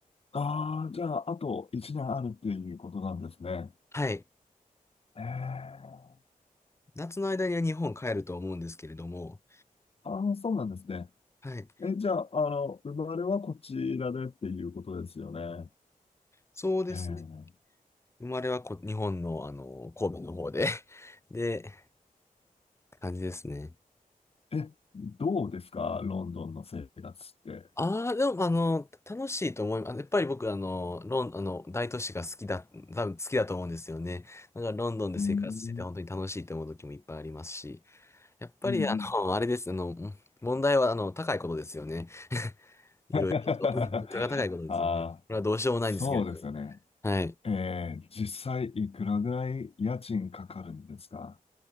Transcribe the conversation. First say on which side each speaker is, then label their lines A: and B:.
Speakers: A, on the left; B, on the left.
A: ああ、じゃあ、あと1年あるっていうことなんですね。
B: はい。
A: ええ。
B: 夏の間には日本帰ると思うんですけれども、
A: ああ、そうなんですね。
B: はい。
A: え、じゃあ、あの、生まれはこちらでっていうことですよね。
B: そうですね。
A: え
B: 生まれはこ、日本の、あの、神戸の方で <laughs> で、感じですね。
A: え。え、どうですかロンドンの生活って。
B: ああ、でも、あの、楽しいと思います。やっぱり僕、あの、ロン、あの、大都市が好きだ、多分好きだと思うんですよね。だから、ロンドンで生活してて、
A: うーん。
B: 本当に楽しいと思う時もいっぱいありますし、やっぱり、
A: うんうん。
B: あの、あれです、あの、問題は、あの、高いことですよね。いろいろと。
A: <laughs>
B: 物価が高いことですよね。
A: ああ、
B: これはどうしようもないんですけれど。
A: そうですよね。
B: はい。
A: ええ、実際いくらぐらい家賃かかるんですか